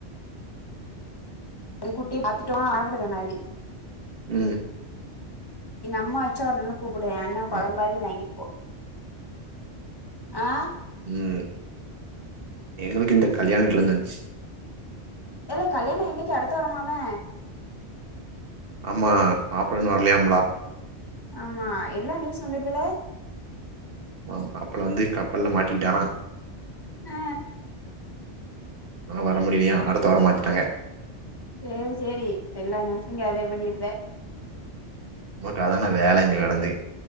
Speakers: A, on the left; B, on the right.
A: குட்டிய பாத்துக்கலா ஆவுட தென்னாதி
B: ம்
A: எங்க அம்மா வச்சா ஒரு நாளு கூப்டுவே அண்ண
B: ஆ
A: கொழம்பாது வாங்கிட் ஆ
B: ம் எங்களுக்கு இந்த கல்யாண வீட்லருந்து வந்ச்சு
A: ஏல கல்யாண என்னைக்கு அடுத்து வரமாமே
B: ஆமா மாப்ள இன்னு வரலயாம்ல
A: ஆமா எல்லா நியூஸ் வந்துடுதுல
B: ஓ மாப்ள வந்து கப்பல்ல மாட்டிக்கிட்டானா
A: ஆ
B: னா வர முடிலயா அடுத்த வார மாத்திட்டாங்க
A: சேர் செரி எல்லா நியூசு கேதர் பண்ணிடுவ
B: நமக்கு அதானா வேல இங்க கெடந்து